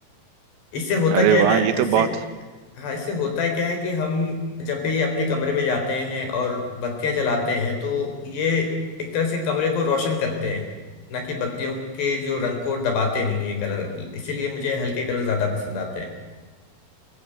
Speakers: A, on the left; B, on the right.
A: इससे होता
B: अरे
A: क्या है
B: वाह
A: ना
B: ये
A: इससे
B: तो बहुत
A: हाँ इससे होता है क्या है कि हम जब भी अपने कमरे में जाते हैं और बत्तियां जलाते हैं तो ये एक तरह से कमरे को रोशन करते हैं ना कि बत्तियों के जो रंग को दबाते नहीं है कलर इसीलिए मुझे हल्के कलर ज्यादा पसंद आते हैं